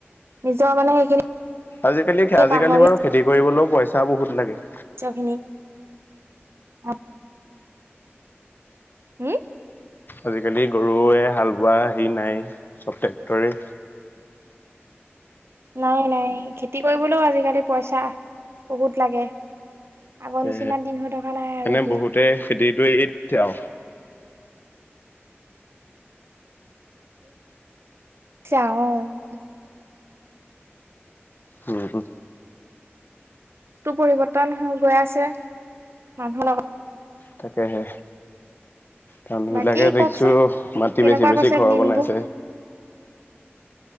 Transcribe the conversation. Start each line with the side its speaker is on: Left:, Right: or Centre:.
Right: নিজৰ মানে সেইখিনি
Left: আজিকালি আজিকালি
Right: পাহৰি
Left: বাৰু খেতি কৰিবলৈও পইচা বহুত লাগে।
Right: নিজৰ খিনি হম হুম?
Left: আজিকালি গৰুৱে হাল বোৱা হেৰি নাইয়ে, চব ট্ৰেক্টৰেই।
Right: নাই, নাই খেতি কৰিবলৈও আজিকালি পইচা বহুত লাগে। আগৰ নিচিনাত
Left: এ
Right: দিন হৈ থকা নাই আৰু
Left: এনে
Right: এতিয়া।
Left: বহুতে খেতিটো এই দিছে আৰু।
Right: <unintelligible> চাও
Left: উ, হু।
Right: টো পৰিৱৰ্তন হৈ গৈ আছে। মানুহৰ লগত
Left: তাকে হে। মানুহবিলাকে
Right: বাকী
Left: দেখিছোঁ
Right: কওকচোন
Left: মাটি
Right: কেনেকুৱা
Left: বেছি বেছি
Right: গৈছে
Left: ঘৰ
Right: দিনবোৰ
Left: বনাইছে।